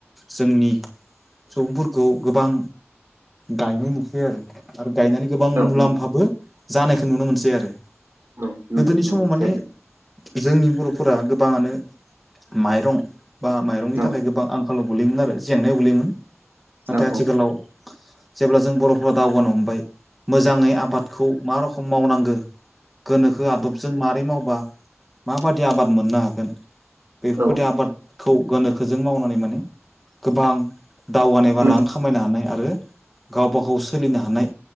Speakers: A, in the centre; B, on the right.
A: जोंनि सुबुंफोरखौ गोबां गायनाय नुसै आरो आरो गायनानै गोबां मुलाम्फाबो
B: नंगौ
A: जानायखौ नुनो मोनसै आरो
B: औ नंगौ
A: गोदोनि
B: नंगौ
A: समाव माने
B: थारैनो
A: जोंनि बर'फोरा गोबांङानो माइरं बा माइरं नि
B: औ
A: थाखाय गोबां आंखालाव गोगलैयोमोन आरो जेंनायाव गोलैयोमोन नाथाय
B: औ
A: आथिखालाव
B: औ
A: जेब्ला जों बर'फोरा दावगानो हमबाय मोजाङै आबादखौ मा रखम मावनांगो गोनोखो आदब जों मारै मावबा माबादि आबाद मोननो हागोन बेफोरबायदि
B: औ
A: आबादखौ गोनो खोजों मावनानै माने गोबां दावगानाय बा
B: मोन
A: रां खामायनो हानाय आरो गावबा गाव सोलिनो हानाय